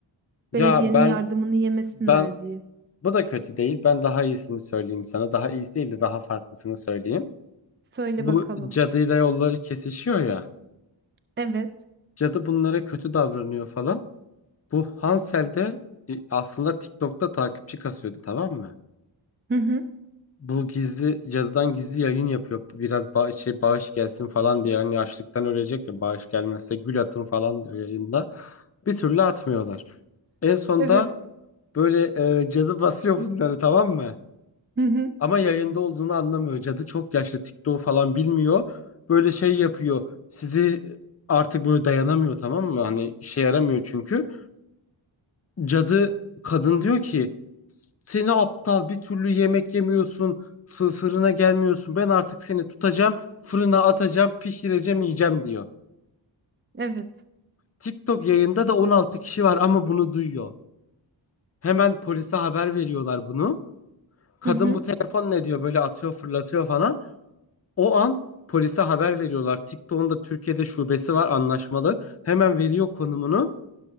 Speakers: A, on the left; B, on the right.
A: Ya
B: Belediyenin
A: ben
B: yardımını yemesinler
A: ben
B: diye.
A: bu da kötü değil. Ben daha iyisini söyleyeyim sana. Daha iyisi değil de daha farklısını söyleyeyim.
B: Söyle
A: Bu
B: bakalım.
A: cadıyla yolları kesişiyor ya.
B: Evet.
A: Cadı bunlara kötü davranıyor falan. Bu Hansel de e, aslında TikTok'ta takipçi kasıyordu tamam mı?
B: Hı hı.
A: Bu gizli cadıdan gizli yayın yapıyor. Biraz bağış, şey, bağış gelsin falan diye. Hani açlıktan ölecek ya bağış gelmezse gül atın falan diyor yayında. Bir türlü atmıyorlar. En sonunda
B: Evet.
A: böyle e, cadı basıyor bunları tamam mı?
B: Hı hı.
A: Ama yayında olduğunu anlamıyor. Cadı çok yaşlı TikTok falan bilmiyor. Böyle şey yapıyor. Sizi e, artık böyle dayanamıyor tamam mı? Hani işe yaramıyor çünkü. Cadı kadın diyor ki seni aptal bir türlü yemek yemiyorsun fı- fırına gelmiyorsun ben artık seni tutacağım fırına atacağım pişireceğim yiyeceğim diyor.
B: Evet.
A: TikTok yayında da 16 kişi var ama bunu duyuyor. Hemen polise haber veriyorlar bunu. Kadın
B: Hı hı.
A: bu telefon ne diyor böyle atıyor fırlatıyor falan. O an polise haber veriyorlar. TikTok'un da Türkiye'de şubesi var anlaşmalı. Hemen veriyor konumunu.